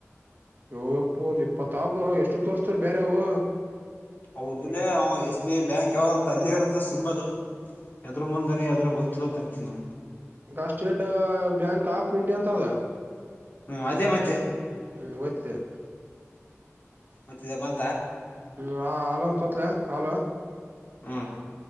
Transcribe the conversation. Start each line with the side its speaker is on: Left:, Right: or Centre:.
Right: ಯ್ಯೋ ಯಪ್ಪೋ ಒಂದ್ ಇಪ್ಪತ್ತ ಆಪ ಎಷ್ಟು ತೋರ್ಸ್ತರಿ ಬೇರೆವು
Left: ಹೌದ್ಲೆೇ ಅವ ಎಸ್ ಬಿ ಐ ಬ್ಯಾಂಕ್ ಯಾವ್ದ ಅಂತ ಅಲ್ಲೇ ಇರ್ತದ ಸಿಂಬಲ್ ಎದ್ರು ಮುಂದೆನೆ ಯದ್ರ ಗೊತ್ತಿಲ್ಲ ಅಂತ ಅಂತೀ ನೋಡ
Right: ಈಗ ಸ್ಟೇಟ್ ಬ್ಯಾಂಕ್ ಆಫ್ ಇಂಡಿಯಾ ಅಂತ ಅದ
Left: ಹ್ಮ್ ಅದೇ ಮತ್ತೆ
Right: ಹ್ಮ ಒತ್ತಿದ್ಯಾ
Left: ಒತ್ತಿದ್ಯಾ ಬಂತ
Right: ಹ್ಮ ಹಾ ಹಲೋಂತ ಒತ್ಲ್ಯಾ ಹಲೋ
Left: ಹ್ಮ